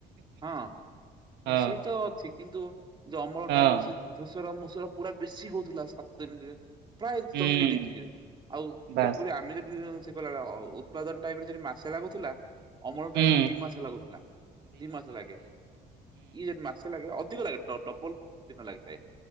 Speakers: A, on the right; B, on the right.
A: ହଁ
B: ହଁ
A: ସେଇ ତ ଅଛି କିନ୍ତୁ ଅମଳ
B: ହଁ
A: ଟାଇମ ରେ ସେ ଧୁସର ମୁସର ପୁରା ବେଶୀ ହଉଥିଲା ସାତ ଦିନରେ ପ୍ରାୟ
B: ହୁଁ
A: ଜମିକି ଦେଖିକିରି, ଆଉ
B: ବାସ୍
A: ଏପରି ଆମେ ଯଦି ଉତ୍ପାଦନ ଟାଇମ ରେ ଯଦି ମାସେ ଲାଗୁଥିଲା ଅମଳ
B: ହୁଁ
A: ଟାଇମ ରେ ଦି ମାସ ଲାଗୁଥିଲା, ଦି ମାସ ଲାଗେ, ଇ ଯଦି ମା ଖୁସି ଲାଗେ, ଅଧିକ ଲାଗେ, ଡବଲ ଦି ଦିନ ଲାଗିଥାଏ।